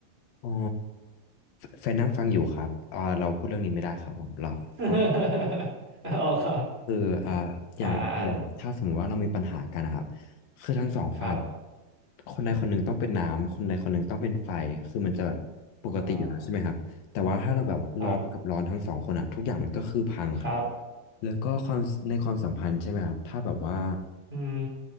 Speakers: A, on the left (about 85°); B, on the right (about 15°).
A: อ๋อแฟนนั่งฟังอยู่ครับอ่าเราพูดเรื่องนี้ไม่ได้ครับผมเราพูด
B: <laughs> อ๋อครับ
A: คืออ่าอย่างแรกเลยถ้าสมมติว่าเรามีปัญหากันนะครับ
B: อ่าอ่า
A: คือทั้งสองฝ่าย
B: ครับ
A: คนใดคนหนึ่งต้องเป็นน้ำคนใดคนหนึ่งต้องเป็นไฟคือมันจะแบบปกติอยู่แล้วใช่ไหมครับแต่ว่าถ้าเราแบบร้อนกับร้อนทั้งสองคนอะทุกอย่างมันก็คือพังครับ
B: ว้าวครับ ครับ
A: แล้วก็ความในความสัมพันธ์ใช่ไหมครับถ้าแบบว่า
B: อืม